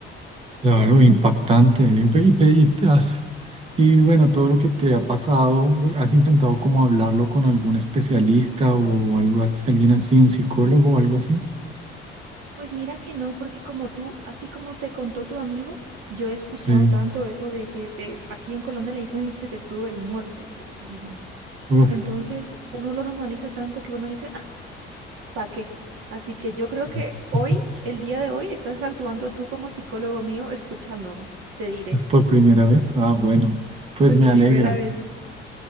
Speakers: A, on the right; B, on the right.
A: claro, impactante. Impe- Y, pe- y te has- y bueno, todo lo que te ha pasado, bu- ¿has intentado como hablarlo con algún especialista o algo así, alguien así, un psicólogo o algo así?
B: Pues mira que no, porque como tú, así como te contó tu amigo, yo he escuchado
A: Sí,
B: tanto eso de que te, aquí en Colombia le dicen se te sube el muerto, te dicen.
A: uf,
B: Entonces uno lo normaliza tanto que uno dice, ah, ¿pa' qué? Así que yo creo
A: sí.
B: que hoy,
A: <laughs>
B: el día de hoy, estás actuando tú como psicólogo mío escuchándome, te diré.
A: ¿Es por primera vez? Ah, bueno, pues
B: Por
A: me
B: primera
A: alegra.
B: vez.